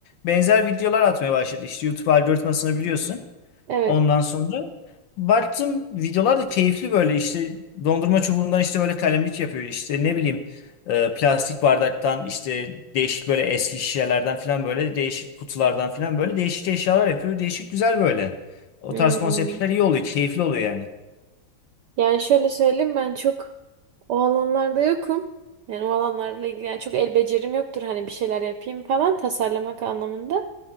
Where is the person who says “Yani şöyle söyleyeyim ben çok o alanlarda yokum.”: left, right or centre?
Right